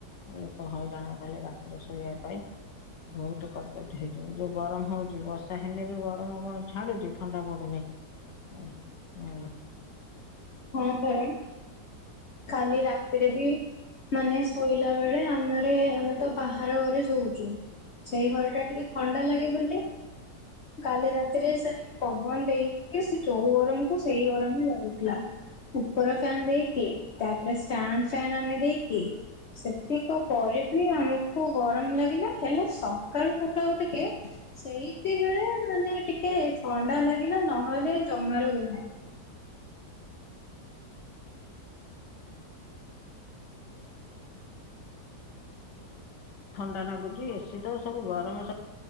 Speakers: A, on the left; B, on the left.
A: ଲୋକ ହଇରାଣ କାଲି ରାତିରେ ଶୋଇବା ପାଇଁ। ବହୁତ <unintelligible> ଯୋଉ ଗରମ ହଉଛି ବର୍ଷା ହେଲେ ବି ଗ ଗରମ କଣ ଛାଡୁଛି ଥଣ୍ଡା ପଡୁନି ଏଁ ଏଁ <unintelligible>
B: ହଁ ପରା କାଲି ରାତିରେ ବି ମାନେ ଶୋଇଲା ବେଳେ <inaudible> ଆମରେ ଆମେ ତ ବାହାର ଘରେ ଶୋଉଛୁ। ସେଇ ଘରଟା ଟିକେ ଥଣ୍ଡା ଲାଗେ ବୋଲି କାଲି ରାତିରେ ସେ ଟିକ ପବନ ଦେଇ <unintelligible> ସେ ଯୋଉ ଗରମକୁୁ ସେଇ ଗରମ ହିଁ ଲାଗୁଥିଲା। ଉପର ଫ୍ୟାନ ଦେଇକି ତାପରେ ଷ୍ଟାଣ୍ଡ ଫ୍ୟାନ ଆମେ ଦେଇକି ସେତିକ ପରେ ବି ଆମକୁ ଗରମ ଲାଗିଲା ହେଲେ ସକାଳୁ ସକାଳୁ ଟିକେ ସେଇତି ବେଳେ ମାନେ ଟିକେ ଥଣ୍ଡା ଲାଗେ ନା, ନହେଲେ ଜମାରୁ ହୁଏ ନାହିଁ‌।
A: ଥଣ୍ଡା ଲାଗୁଚି ଏସିି ତ ସବୁ ଗରମ ସବ୍